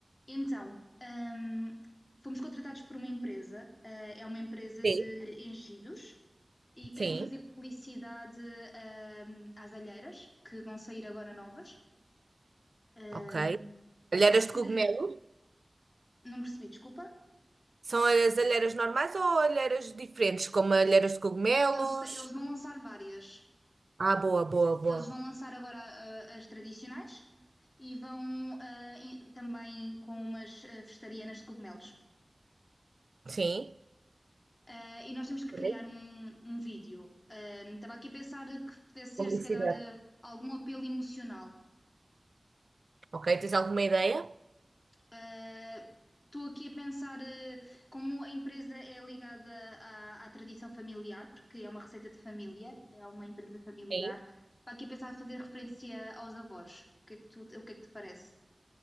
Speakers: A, on the left; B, on the right.
A: Então, hum, fomos contratados por uma empresa, eh, é uma empresa
B: Sim,
A: de enchidos, e querem
B: sim,
A: fazer publicidade, hum, às alheiras, que vão sair agora novas. Hum,
B: ok. Alheiras
A: há de ser.
B: de cogumelo?
A: eh, Não percebi, desculpa.
B: São as alheiras normais ou alheiras diferentes, como alheiras de cogumelos?
A: Eles, eles vão lançar várias.
B: Ah, boa, boa, boa.
A: Eles vão lançar agora ah, as tradicionais e vão ah, e também com umas ah, vegetarianas de cogumelos.
B: Sim.
A: Ah, e nós temos que
B: Ok,
A: criar um, um vídeo. Ah, estava aqui a pensar que pudesse ser,
B: Publicidade.
A: se calhar, ah, algum apelo emocional.
B: Ok, tens alguma ideia?
A: Ah, Estou aqui a pensar ah, como a empresa é ligada à, à tradição familiar, porque é uma receita de família, é uma empresa familiar.
B: Sim.
A: Estava aqui a pensar em fazer referência aos avós. O que é que tu, o que é que te parece?